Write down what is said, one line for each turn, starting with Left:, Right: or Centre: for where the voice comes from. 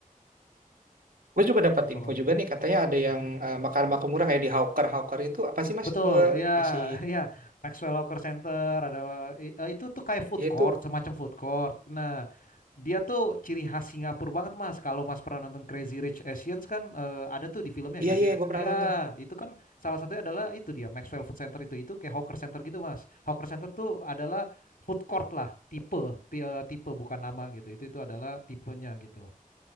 Right: Gue juga
Left: Itu
Right: dapat
Left: kalau
Right: info juga nih katanya ada
Left: Hmm.
Right: yang eh, makan-makan murah kayak di Hawker Hawker itu apa sih mas?
Left: Betul,
Right: Gue
Left: ya,
Right: masih.
Left: <laughs> ya. Maxwell Hawker Center ada i- eh, itu tuh kayak food
Right: Ya
Left: court,
Right: itu.
Left: semacam food court. Nah, dia tuh ciri khas Singapura banget, Mas. Kalau Mas pernah nonton Crazy Rich Asians kan eh, ada tuh di filmnya
Right: Iya
Left: Crazy
Right: iya
Left: Rich.
Right: gue pernah
Left: Ya,
Right: nonton tuh.
Left: itu kan salah satunya adalah itu dia Maxwell Food Center itu itu kayak hawker center gitu, Mas. Hawker center tuh adalah food court lah, tipe ti- eh, tipe bukan nama gitu. Itu itu adalah tipenya gitu.